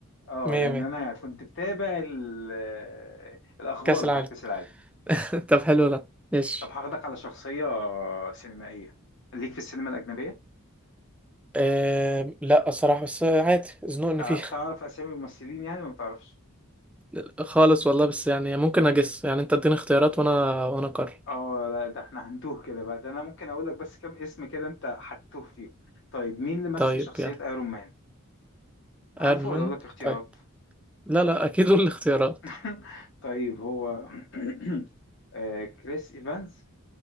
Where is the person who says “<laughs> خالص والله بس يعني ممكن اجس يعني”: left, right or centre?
Centre